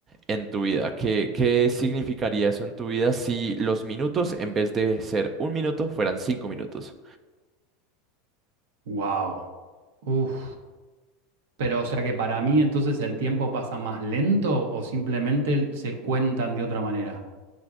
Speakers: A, on the right; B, on the right.
A: en tu vida? ¿Qué, qué significaría eso en tu vida si los minutos en vez de ser un minuto fueran cinco minutos?
B: Wow. Uf. Pero o sea que para mí entonces el tiempo pasa más lento o simplemente se cuentan de otra manera.